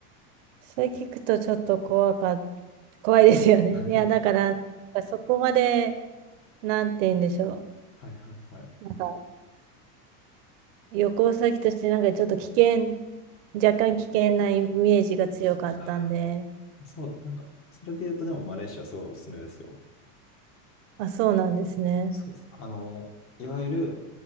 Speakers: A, on the right; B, on the left.
A: それ聞くとちょっと怖かっ怖いですよね。
B: <laughs> は
A: いや、だから、そこまで、なんて言うんでしょ
B: いはいはい。
A: う。なんか、旅行先として、なんかちょっと危険、若干危険なイメージが強かったんで、
B: あーそう、なんか、それで言うとでもマレーシアすごいおすすめですよ。
A: あ、そうなんですね。
B: そうっす、あの、いわゆる